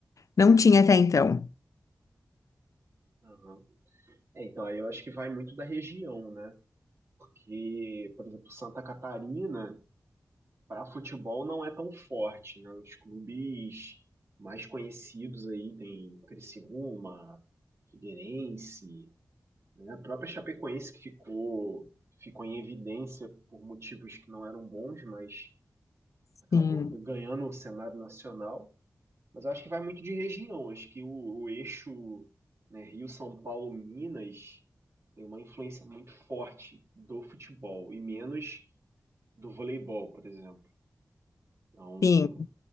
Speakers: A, on the left; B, on the right.
A: não tinha até então.
B: Aham. É, então, aí eu acho que vai muito da região, né? Porque, por exemplo, Santa Catarina. para futebol não é tão forte, né? Os clubes mais conhecidos aí tem Criciúma, Figueirense, né? A própria Chapecoense que ficou ficou em evidência por motivos que não eram bons, mas
A: Sim,
B: acabou ganhando o cenário nacional. Mas eu acho que vai muito de região. Acho que o, o eixo, né, Rio, São Paulo, Minas tem uma influência muito forte do futebol e menos do voleibol, por exemplo. Então,
A: sim.